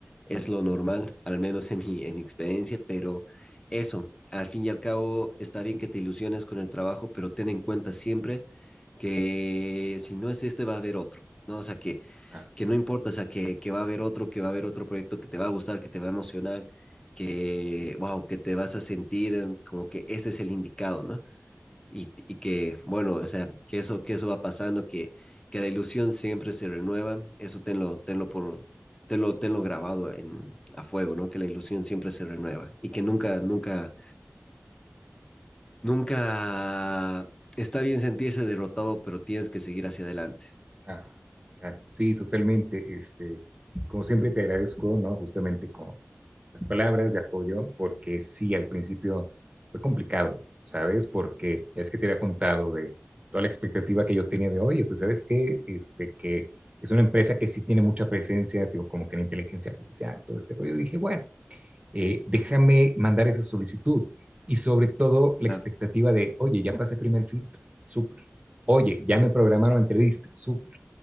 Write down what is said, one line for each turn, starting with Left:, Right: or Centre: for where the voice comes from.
Left: es lo normal, al menos en mi, en mi experiencia, pero eso, al fin y al cabo, está bien que te ilusiones con el trabajo, pero ten en cuenta siempre que si no es este va a haber otro, ¿no? O sea, que,
Right: Ah,
Left: que no importa, o sea, que, que va a haber otro, que va a haber otro proyecto que te va a gustar, que te va a emocionar, que, wow, que te vas a sentir como que este es el indicado, ¿no? Y, y que, bueno, o sea, que eso, que eso va pasando, que, que la ilusión siempre se renueva, eso tenlo, tenlo por... Tenlo, tenlo grabado en, a fuego, ¿no? Que la ilusión siempre se renueva y que nunca, nunca, nunca está bien sentirse derrotado, pero tienes que seguir hacia adelante.
Right: Claro, claro. Sí, totalmente. Este, como siempre te agradezco, ¿no? Justamente con las palabras de apoyo, porque sí, al principio fue complicado, ¿sabes? Porque es que te había contado de toda la expectativa que yo tenía de, oye, pues sabes qué, este, que es una empresa que sí tiene mucha presencia, digo, como que en inteligencia artificial, todo este rollo. Dije, bueno, eh, déjame mandar esa solicitud. Y sobre todo la expectativa
Left: Ah,
Right: de, oye, ya pasé primer filtro, súper. Oye, ya me programaron entrevista, súper.